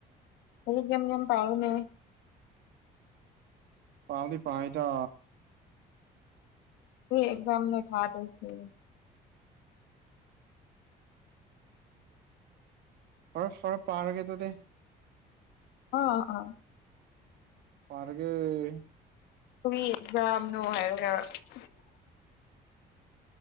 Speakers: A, on the left; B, on the right.
A: ꯍꯧꯒꯝ ꯌꯥꯝ ꯄꯥꯔꯅꯦ
B: ꯄꯥꯗꯤ ꯄꯥꯏꯗ
A: ꯑꯦꯖꯝ ꯊꯥꯗꯁꯤ
B: ꯐꯔ ꯐꯔ ꯄꯥꯔꯒꯦ ꯑꯗꯨꯗꯤ
A: ꯑꯥ ꯑꯥ
B: ꯄꯥꯔꯒꯦ
A: ꯑꯟꯏꯟꯇꯦꯜꯂꯤꯖꯦꯕꯜ